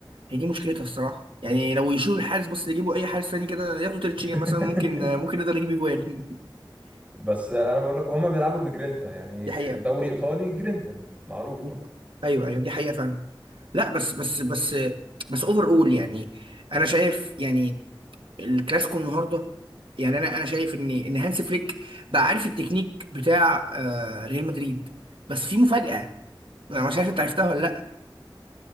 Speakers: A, on the right; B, on the right.
A: هي دي مشكلتها الصراحه يعني لو يشيلوا الحارس بس يجيبوا اي حارس تاني كده ياخدوا تريتشيجن
B: <laughs>
A: مثلا ممكن ممكن يقدر يجيب اجوال
B: بس انا بقول لك هما بيلعبوا بجرينتا يعني
A: <laughs> دي حقيقه
B: دوري ايطالي جرينتا معروفة
A: مم. ايوه ايوه دي حقيقه فعلا لا بس بس بس بس اوفر اول يعني انا شايف يعني الكلاسيكو النهارده يعني انا انا شايف ان ان هانس فليك بقى عارف التكنيك بتاع آه ريال مدريد بس في مفاجاه انا مش عارف انت عرفتها ولا لا